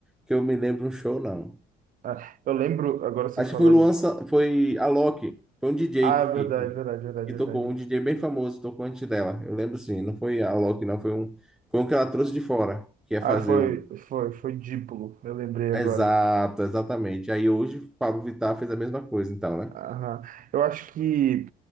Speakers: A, in the centre; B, on the right.
A: que eu me lembro um show, não.
B: Ah, eu lembro, agora você
A: Acho
B: falando.
A: que foi Luan, Sa- foi Alok, foi um DJ
B: Ah, é verdade,
A: que, que,
B: verdade, verdade,
A: que tocou,
B: verdade.
A: um DJ bem famoso, tocou antes dela. Eu lembro sim, não foi Alok, não, foi um, foi um que ela trouxe de fora, que ia
B: Ah,
A: fazer
B: foi,
A: o.
B: foi, foi dípulo, eu lembrei agora.
A: Exato, exatamente. Aí hoje o Pablo Vittar fez a mesma coisa, então, né?
B: Aham. Eu acho que